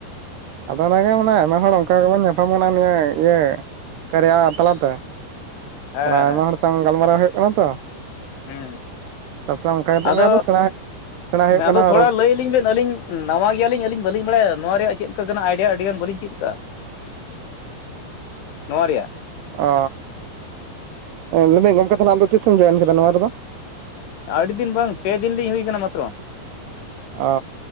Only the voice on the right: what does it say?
ᱟᱫᱚ ᱚᱱᱟ ᱜᱮ ᱢᱟᱱᱮ ᱟᱭᱢᱟ ᱦᱚᱲ ᱚᱱᱠᱟ ᱜᱮᱵᱚᱱ ᱧᱟᱯᱟᱢ ᱠᱟᱱᱟ ᱱᱤᱭᱟᱹ ᱤᱭᱟᱹ ᱠᱟᱨᱭᱟ ᱛᱟᱞᱟᱛᱮ
ᱛᱟᱦᱞᱮ ᱟᱭᱢᱟ
ᱦᱚᱲ ᱥᱟᱶ ᱜᱟᱞᱢᱟᱨᱟᱣ ᱦᱩᱭᱩᱜ ᱠᱟᱱᱟ ᱛᱚ᱾
ᱛᱟᱨᱯᱚᱨᱮ ᱚᱱᱠᱟ ᱠᱟᱛᱮᱜ
ᱜᱮ ᱥᱮᱬᱟ ᱥᱮᱬᱟ ᱦᱩᱭᱩᱜ
ᱠᱟᱱᱟ
ᱨᱚᱲ
ᱚ ᱢᱮᱱ ᱮᱫᱟᱹᱧ ᱜᱚᱢᱠᱮ ᱛᱟᱦᱚᱞᱮ ᱟᱢᱫᱚ ᱛᱤᱥᱮᱢ ᱡᱚᱭᱮᱱ ᱠᱮᱫᱟ ᱱᱚᱣᱟ ᱨᱮᱫᱚ
ᱚ